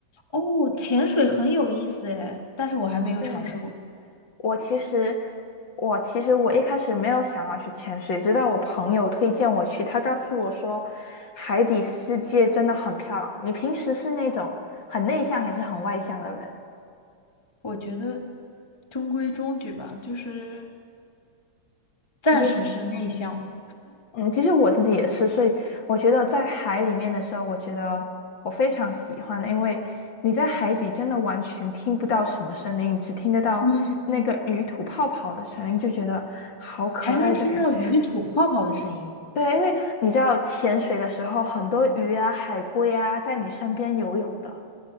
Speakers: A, on the left (about 15°); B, on the left (about 50°).
A: 哦，潜水很有意思诶，但是我还没有尝试过。
B: 对，我其实，我其实我一开始没有想要去潜水，直到我朋友推荐我去，他告诉我说，海底世界真的很漂亮。你平时是那种很内向还是很外向的人？
A: 我觉得中规中矩吧，就是暂时是内向的，
B: 就是嗯，其实我自己也是，所以我觉得在海里面的时候，我觉得我非常喜欢，因为你在海底真的完全听不到什么声音，只听得到那个鱼吐泡泡的声音，
A: 嗯嗯嗯。
B: 就觉得好可爱这感觉。
A: 还能听到鱼吐泡泡的声音。
B: 对，因为你知道潜水的时候，很多鱼啊、海龟啊在你身边游泳的。